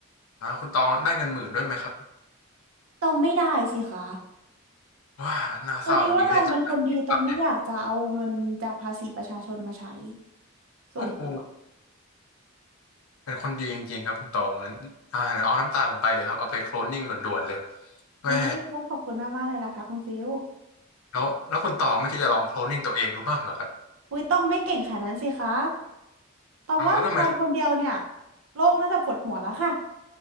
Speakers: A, on the left (about 75°); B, on the right (about 70°).
A: อ่าคุณตองได้เงินหมื่นด้วยไหมครับ
B: ตองไม่ได้สิคะ
A: ว้าน่าเศร้าจริงๆเนี่ยจะปิดปากเนี่ย
B: พอดีว่าตองเป็นคนดีตองไม่อยากจะเอาเงินจากภาษีประชาชนมาใช้ส่วนตัว
A: โอ้โห เป็นคนดีจริงๆครับคุณตองนั้นอ่าเอาน้ำตาผมไปเลยครับเอาไปโคลนนิ่งด่วนๆเลยแม่
B: อุ้ยต้องขอบคุณมากๆเลยนะคะคุณฟิล
A: แล้วแล้วคุณตองไม่คิดจะลองโคลนนิ่งตัวเองดูบ้างเหรอครับ
B: อุ้ยตองไม่เก่งขนาดนั้นสิคะตองว่ามีตองคนเดียวเนี่ย
A: อ้าวแล้วทำไม
B: โลกน่าจะปวดหัวแล้วค่ะ